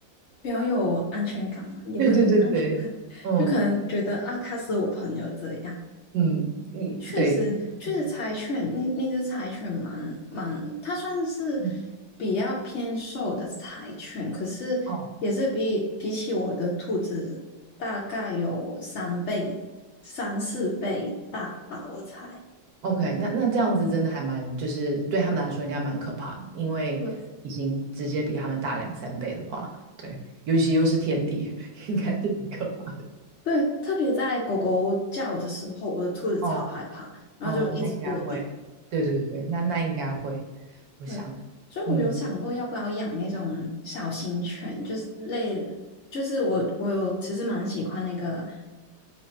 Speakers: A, on the left (about 75°); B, on the right (about 65°).
A: 比较有安全感嘛，
B: <laughs>
A: 也不是说安全感，
B: 对对对对，
A: <laughs>
B: 嗯
A: 就可能觉得啊，它是我朋友这样。
B: 嗯，你对，
A: 确实，确实柴犬那那只柴犬蛮蛮，
B: 嗯
A: 它算是
B: 嗯，
A: 比较偏瘦的柴犬，可是也是比比起我的兔子大概有三倍、
B: 哦
A: 三四倍大吧，我猜。
B: OK，那那这样子真的还蛮，就是对他们来说应该蛮可怕的，因为已经直接比他们大两三倍的话，
A: 对
B: 对，尤其又是天敌，<laughs> 应该是很可怕。
A: 对，特别在狗狗叫的时候，我的兔子超害怕，
B: 哦
A: 然后就一直跺地。
B: 哦，那应该会，对对对，那那应该会，我想，
A: 对，所以我有想过要不要养那种小型犬，
B: 嗯，
A: 就是类，就是我我有其实蛮喜欢那个